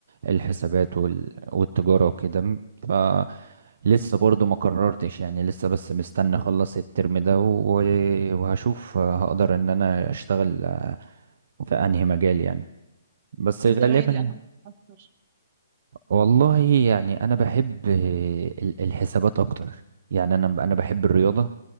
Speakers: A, on the right (about 60°); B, on the right (about 35°).
A: الحسابات وال... والتجارة وكده ف لسه برضو ما قررتش يعني لسه بس مستني اخلص الترم ده و... وهشوف هقدر ان انا اشتغل في انهي مجال يعني بس غالبا
B: انت مايل لأنهي اكتر
A: والله يعني انا بحب ال- الحسابات اكتر يعني انا انا بحب الرياضه